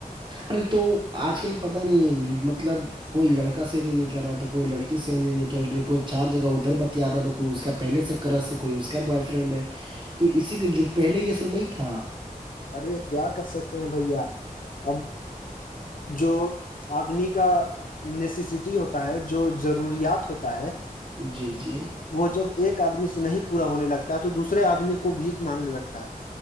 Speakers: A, on the right; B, on the left.
A: ارے تو آج کل پتا نہیں مطلب کوئی لڑک سح نہیںکل رہا تو کوئی لڑکی سح نہیں نکل رہی کوئی چار جگہ ادھر بتیا آا تو کوئی اس کا پہلے سےکرا سے کوئی اس کا بوائے فرینڈ ہے تو اسی کے جو پہلے یہ سب نہیں تھا
B: ارے کیا کر سکتے ہیں بھیا اب جو آدمی کا نیسیسٹی ہوتا ہے جو ضروریات ہوتا ہے
A: جی جی
B: وہ جب ایک آدمی سے نہیں پورا ہونے لگتا ہے تو دوسرے آدمی کو بھیھ مانگنے لگتا ہے